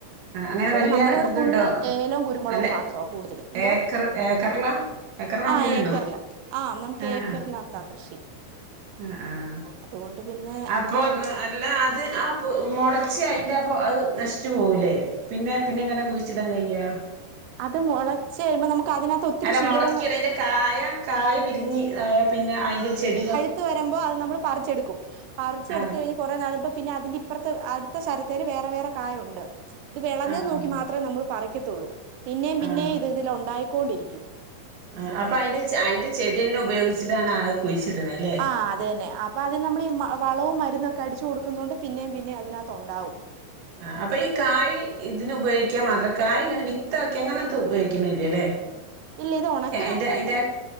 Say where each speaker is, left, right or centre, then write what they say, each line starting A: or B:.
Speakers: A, on the right; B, on the right.
A: ആഹ് അങ്ങനെ
B: ഇവിടെ
A: വല്യ
B: നമ്മുടെ ഇവിടെ
A: ഇതുണ്ടോ
B: ഫുള്ള് ഏലവും കുരുമുളകും
A: നല്ല
B: മാത്ര കൂടുതലും എന്തോ
A: ഏക്കർ ഏക്കറിലാ ഏക്കർ കണക്കിന്
B: ആഹ്
A: ഉണ്ടോ
B: ഏക്കറില ആഹ് നമുക്ക്
A: ആഹ്
B: ഏക്കറിനകത്താ കൃഷി
A: ആഹ് ആഹ്
B: അതുകൊണ്ട് പിന്നെ
A: അപ്പൊ
B: അങ്ങനെ
A: അല്ല അത് ആ മുളച്ച് അതിന്റെ അപ്പൊ അത് നശിച്ചു പോകൂലേ പിന്നെ പിന്നെ എങ്ങനെ കുഴിച്ചിടാൻ കയ്യാ
B: അത് മുളച്ച് കഴിയുമ്പോ നമുക്ക് അതിനകത്ത് ഒത്തിരി
A: അല്ല
B: ശീഖിര
A: മൊളക്കല്ല അയിന്റെ കായ കായ വിരിഞ്ഞി ആയ പിന്നെ അതിന്റെ ചെടികൾ
B: ത്ത് വരുമ്പോ അത് നമ്മള് പറിച്ചെടുക്കും പറിച്ചെടുത്ത്
A: ആഹ്
B: കഴിഞ്ഞ് കുറെ നടുമ്പം പിന്നെ അതിന്റെ ഇപ്പറത്തെ അടുത്ത ശരത്തേല് വേറെ വേറെ കായുണ്ട് ഇത് വിളഞ്ഞത്
A: ആഹ്
B: നോക്കി
A: ആഹ്
B: മാത്രമേ നമ്മൾ പറിക്കത്തുള്ളൂ പിന്നേം പിന്നേം
A: ആഹ്
B: ഇത് ഇതിൽ ഉണ്ടായിക്കൊണ്ടിരിക്കും മനസ്സിലായോ
A: ആഹ് അപ്പൊ അതിന്റെ അയിന്റെ ചെടി തന്നെ ഉപയോഗിച്ചിട്ടാണ് അത് കുഴിച്ചിടണല്ലേ
B: ആഹ് അത് തന്നെ അപ്പം ആദ്യം നമ്മള് ഈ വളവും മരുന്നൊക്കെ അടിച്ച് കൊടുക്കുന്ന കൊണ്ട് പിന്നേ പിന്നേം അതിനകത്ത് ഉണ്ടാവും
A: ആഹ് അപ്പൊ ഈ കായ് ഇതിനു ഉപയോഗിക്കാൻ മാത്രം കായ് ഇങ്ങനെ വിത്ത് ആക്കി അങ്ങനെന്തും ഉപയോഗിക്കുന്നില്ലല്ലേ
B: ഇല്ല ഇത് ഉണക്കി
A: അന്റെ
B: നമുക്കത്
A: അതിന്റെ